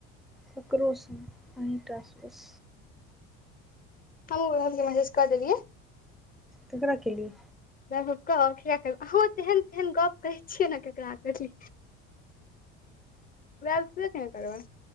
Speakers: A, in the centre; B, on the left.
A: ककरो स नै अहिटा स बस।
B: हमहु आबि के मैसेज कऽ देलियै।
A: केकरा केलियै
B: <unintelligible> तेहन तेहन गप कहै छियै ने केकरा कहि <unintelligible> नैय करबै